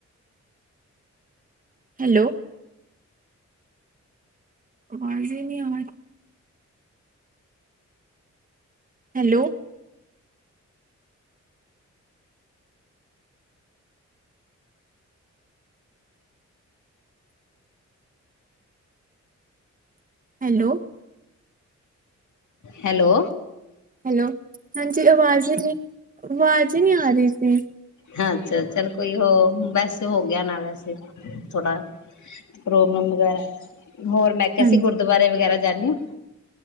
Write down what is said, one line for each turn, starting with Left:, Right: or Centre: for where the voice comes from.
Right: ਹੈਲੋ ਵਾਜ ਨਹੀਂ ਆ ਰਹੀ ਹੈਲੋ ਹੈਲੋ
Left: ਹੈਲੋ
Right: ਹੈਲੋ ਹਾਂਜੀ ਅਵਾਜ਼ ਹੀ ਨਹੀਂ ਅਵਾਜ਼ ਹੀ ਨਹੀਂ ਆ ਰਹੀ ਸੀ
Left: ਹਾਂਛਾ ਚੱਲ ਕੋਈ ਉਹ ਬਸ ਹੋਗ ਗਿਆ ਨਾਲ ਵੈਸੇ ਥੋੜਾ ਪ੍ਰੋਗਰਾਮ ਵਗੈਰਾ ਹੋਰ ਮੈਂ ਕਿਹਾ
Right: ਹਾਂਜੀ
Left: ਸੀ ਗੁਰਦੁਆਰੇ ਵਗੈਰਾ ਜਾਂਦੇ ਹੋ <inaudible>